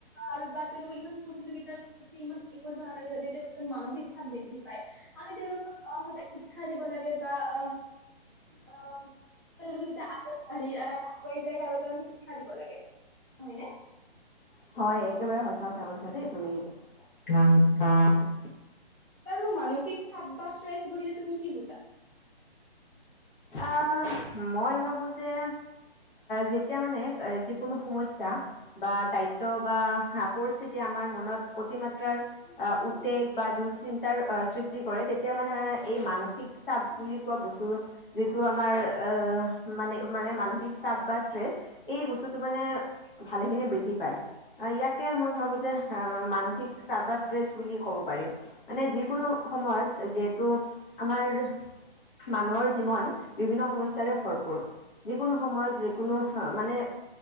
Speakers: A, on the right; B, on the left.
A: আৰু বা তেওঁলোকে ইমান প্ৰতিযোগিতাৰ প্ৰতি ইমান নালাগে যাতে তেওঁলোকে মানসিক চাপ বৃদ্ধি। পাই আমি তেওঁলোকক আহ সদায় উৎসাহ দিব লাগে বা আহ। তেওঁলোকে যাতে আগুৱাই বাঢ়ি আহ আগুৱাই যায় তাৰ বাবে আমি শিক্ষা দিব লাগে হয় নে?
B: হয় একেবাৰে সচা কথা কৈছা দেই তুমি।
A: বাৰু মানসিক চাপ বা ষ্ট্ৰেছ বুলিলে তুমি কি বুজা?
B: আ মই ভাবোঁ যে যেতিয়া মানে যিকোনো সমস্যা বা দায়িত্ব বা পৰিস্থিতি আমাৰ মনত অতিমাত্ৰাৰ
A: বুজা?
B: উদ্বেগ বা দুশ্চিন্তা তাৰ সৃষ্টি কৰে তেতিয়া মানে এই মানসিক চাপ বুলি কোৱা বস্তুটো যিটো আমাৰ আহ মানে মানে মানসিক চাপ বা ষ্ট্ৰেচ এই বস্তুটো মানে ভালেখিনি বৃদ্ধি পায়। ইয়াকে মই ভাবোঁ যে মানসিক চাপ বা ষ্ট্ৰেছ বুলি কব পাৰি। মানে যিকোনো সময়ত যে যিটো আমাৰ মানুহৰ জীৱন বিভিন্ন সমস্যাৰে ভৰপূৰ। যিকোনো সময়ত যি কোনো মানে